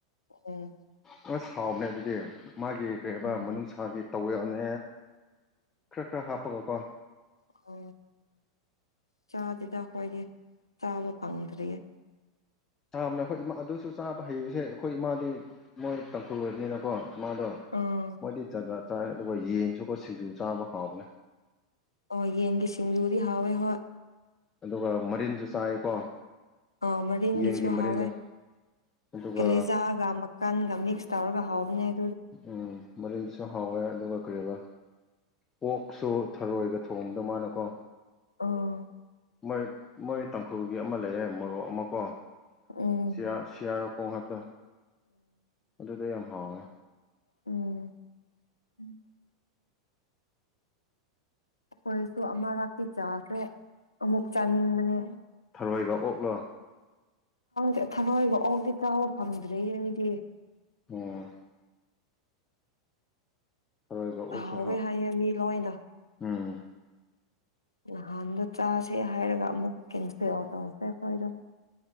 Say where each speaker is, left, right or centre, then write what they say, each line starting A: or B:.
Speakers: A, on the left (about 80°); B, on the left (about 20°).
A: ꯎꯝ
B: ꯑꯁ ꯁꯥꯎꯕꯅꯦ ꯑꯗꯨꯗꯤ ꯃꯥꯒꯤ ꯀꯩꯕ
A: ꯎꯝ
B: ꯃꯅꯨꯡꯅꯨꯡꯁꯥꯒꯤ ꯇꯧꯋꯦꯜꯅꯦ ꯈꯔ ꯈꯔ ꯍꯥꯞꯄꯒ ꯀꯣ
A: ꯑ ꯆꯥꯁꯤꯗ ꯑꯩꯈꯣꯏꯗꯤ ꯆꯥꯕ ꯐꯪꯗ꯭ꯔꯤꯌꯦ
B: ꯆꯥꯕꯅꯦ ꯑꯩꯈꯣꯏ ꯏꯃꯥ ꯑꯗꯨꯁꯨ ꯆꯥꯕ ꯍꯩꯕꯁꯦ ꯑꯩꯈꯣꯏ ꯏꯃꯥꯗꯤ ꯃꯣꯏ ꯇꯥꯡꯈꯨ ꯑꯣꯏꯕꯅꯤꯅꯀꯣ ꯃꯥꯗꯣ
A: ꯎꯝ
B: ꯃꯣꯏꯗꯤ ꯖꯥꯖꯥ ꯆꯥꯏ ꯑꯗꯨꯒ ꯌꯦꯟꯁꯨꯀ ꯁꯤꯡꯖꯨ ꯆꯥꯕ ꯍꯥꯎꯕꯅꯦ
A: ꯑꯣ ꯌꯦꯟꯒꯤꯦ ꯁꯤꯡꯖꯨꯗꯤ ꯍꯥꯎꯋꯦ ꯍꯣꯏ
B: ꯑꯗꯨꯒ ꯃꯔꯤꯟꯁꯨ ꯆꯥꯏꯀꯣ
A: ꯑ ꯃꯔꯤꯟꯒꯤꯁꯨ
B: ꯌꯦꯟꯒꯤ ꯃꯔꯤꯟꯗꯣ
A: ꯍꯥꯎꯋꯦ
B: ꯑꯗꯨꯒ
A: ꯀꯂꯤꯖꯥꯒ ꯃꯀꯟꯒ ꯃꯤꯛꯁ ꯔꯒ ꯍꯥꯥꯎꯕꯅꯦ
B: ꯎꯝ ꯃꯔꯤ ꯁꯨ ꯍꯥꯎꯋꯦ ꯑꯗꯨꯒ ꯀꯔꯤꯕ ꯑꯣꯛꯁꯨ ꯊꯔꯣꯏꯒ ꯊꯣꯡꯕꯗ ꯃꯥꯅꯀꯣ
A: ꯑꯥ
B: ꯃꯣꯏ ꯃꯣꯏ ꯇꯪ ꯎꯈ꯭ꯔꯜꯒꯤ ꯑꯃ ꯂꯩꯌꯦꯦ ꯃꯣꯔꯣꯛ ꯑꯃꯀꯣ
A: ꯎꯝ
B: ꯁꯤꯌꯥ ꯁꯤꯌꯥꯔꯈꯣꯡ ꯍꯥꯏꯕꯗꯣ ꯑꯗꯨꯗ ꯌꯥꯝ ꯍꯥꯎꯋꯦ
A: ꯎꯝ ꯎꯝ ꯑꯩꯈꯣꯏꯁꯨ ꯑꯃ ꯂꯥꯛꯇꯤ ꯆꯥꯈ꯭ꯔꯦ ꯑꯃꯨꯛ ꯆꯥꯅꯤꯡꯕꯅꯦ
B: ꯔꯔꯣꯏꯒ ꯑꯣꯛꯂꯣ
A: ꯗꯦ ꯊꯔꯣꯏꯕ ꯑꯣꯗꯤꯤ ꯆꯥꯕ ꯐꯪꯗ꯭ꯔꯦ ꯑꯩꯗꯤ
B: ꯑꯣ ꯊꯔꯣꯏꯒ ꯑꯣꯛꯁꯨ
A: ꯍꯥꯎꯋꯦ ꯍꯦ ꯃꯤ ꯂꯣꯏꯅ
B: ꯎꯝ
A: ꯅꯍꯥꯟꯗ ꯆꯥꯁꯦ ꯍꯥꯏꯔꯒ ꯑꯃꯨꯛ ꯀꯦꯟꯁꯦꯜ ꯇꯧꯁꯦ ꯑꯩꯈꯣꯏꯗꯣ